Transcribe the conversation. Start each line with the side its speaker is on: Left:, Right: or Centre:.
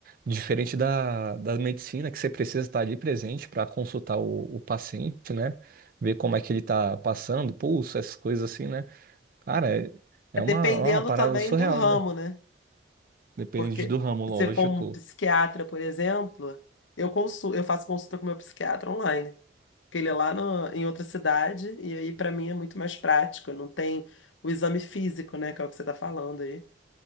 Right: diferente da, da medicina, que você precisa estar ali presente para consultar o, o paciente, né? Ver como é que ele está passando, pulso, essas coisas assim, né? Cara, é, é
Left: Dependendo
Right: uma, é uma parada
Left: também
Right: surreal,
Left: do ramo,
Right: né?
Left: né?
Right: Depende
Left: Porque
Right: do ramo, lógico.
Left: se for um psiquiatra, por exemplo, eu consul, eu faço consulta com meu psiquiatra online, porque ele é lá no- em outra cidade e aí para mim é muito mais prático, não tem o exame físico, né, que é o que você tá falando aí.